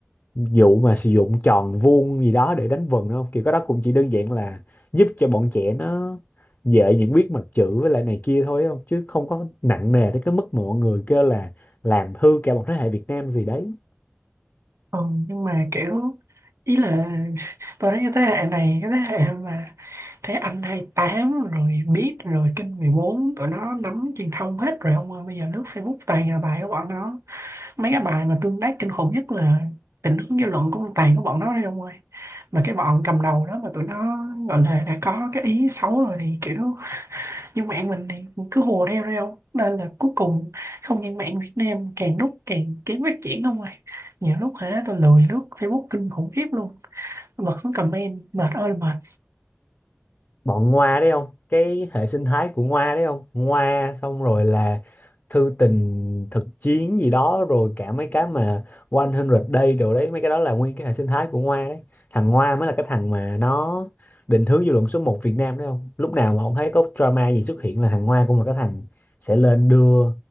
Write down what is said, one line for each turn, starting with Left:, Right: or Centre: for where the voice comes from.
Left: vụ mà sử dụng tròn vuông gì đó để đánh vần đúng không kiểu cái đó cũng chỉ đơn giản là giúp cho bọn trẻ nó dễ nhận biết mặt chữ với lại này kia thôi không chứ không có nặng nề tới cái mức mà mọi người kêu là làm hư cả một thế hệ Việt Nam gì đấy
Right: Ừ, nhưng mà kiểu ý là <laughs> tôi thấy cái thế hệ này cái thế hệ mà thấy anh hai tám rồi biết rồi kinh mười bốn tụi nó nắm truyền thông hết rồi ông ơi bây giờ lướt Facebook toàn là bài của bọn nó mấy cái bài mà tương tác kinh khủng nhất là định hướng dư luận cũng toàn của bọn nó đấy ông ơi mà cái bọn cầm đầu đó mà tụi nó gọi là đã có cái ý xấu rồi thì kiểu nhưng mạng mình thì cứ hùa theo thôi không nên là cuối cùng không gian mạng Việt Nam càng lúc càng kém phát triển không à nhiều lúc hả tôi lười lướt Facebook kinh khủng khiếp luôn bật xuống comment mệt ơi là mệt
Left: bọn Ngoa đấy không cái hệ sinh thái của Ngoa đấy không Ngoa xong rồi là thư tình thực chiến gì đó rồi cả mấy cái mà 100 Day đồ đấy mấy cái đó là nguyên cái hệ sinh thái của Ngoa đấy thằng Ngoa mới là cái thằng mà nó định hướng dư luận số một Việt Nam đấy không lúc nào mà ông thấy có drama gì xuất hiện là thằng Ngoa cũng là cái thằng sẽ lên đưa